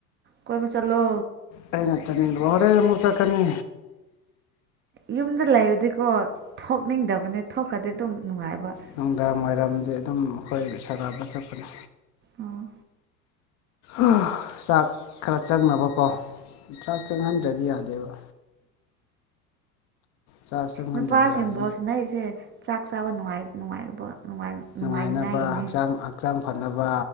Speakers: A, on the right; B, on the left.
A: ꯀꯣꯏꯕ ꯆꯂꯣ
B: ꯀꯇꯅꯤ ꯍꯣꯔꯦ ꯃꯨꯆꯥꯛꯀꯅꯤ
A: ꯌꯨꯝꯗ ꯂꯩꯔꯗꯤꯀꯣ ꯊꯣꯛꯅꯤꯡꯗꯕꯅꯦ ꯊꯣꯛꯈ꯭ꯔꯗꯤ ꯑꯗꯨꯝ ꯅꯨꯡꯉꯥꯏꯕ
B: ꯅꯨꯡꯗꯥꯡ ꯋꯥꯏꯔꯝꯗꯤ ꯑꯗꯨꯝ ꯑꯩꯈꯣꯏ ꯁꯥꯟꯒꯥꯅꯕ ꯆꯠꯄꯅꯤ
A: ꯑꯣ
B: ꯑꯣ ꯆꯥꯛ ꯈꯔ ꯆꯪꯅꯕꯀꯣ ꯆꯥꯛ ꯆꯪꯍꯟꯗ꯭ꯔꯗꯤ ꯌꯥꯗꯦꯕ ꯆꯥꯛ ꯆꯪꯍꯟꯗ꯭ꯔꯗꯤ
A: ꯅꯨꯄꯥꯁꯤꯡꯕꯣꯁ
B: ꯌꯥꯗꯦ
A: ꯅ ꯑꯩꯁꯦ ꯆꯥꯛ ꯆꯥꯕ ꯅꯨꯡꯉꯥꯏ
B: ꯅꯨꯡꯉꯥꯏꯅꯕ
A: ꯅꯨꯡꯉꯥꯏꯅꯤꯉꯥꯏꯒꯤꯅꯦ
B: ꯍꯛꯆꯥꯡ ꯍꯛꯆꯥꯡ ꯐꯅꯕ